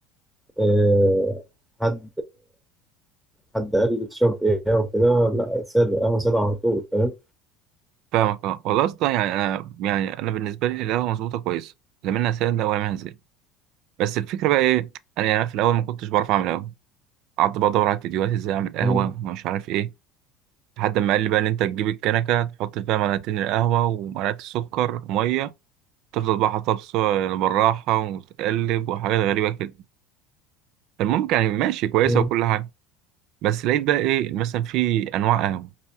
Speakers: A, in the centre; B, on the right.
A: آه، حد حد قال لي تشرب ايه وكده لا سادة قهوة سادة على طول فاهم
B: فاهمك اه والله اصلا يعني انا يعني انا بالنسبه لي القهوه مظبوطه كويسه لا منها ساده ولا منها زيت بس الفكره بقى ايه انا يعني في الاول ما كنتش بعرف اعمل قهوه قعدت بقى ادور على فيديوهات ازاي اعمل قهوه
A: مم.
B: ومش عارف ايه لحد ما قال لي بقى ان انت تجيب الكنكه تحط فيها معلقتين القهوه ومعلقه السكر وميه تفضل بقى حاطها بس- بالراحه وتقلب وحاجات غريبه كده المهم يعني ماشي كويسة
A: مم.
B: وكل حاجة بس لقيت بقى إيه مثلا في أنواع قهوة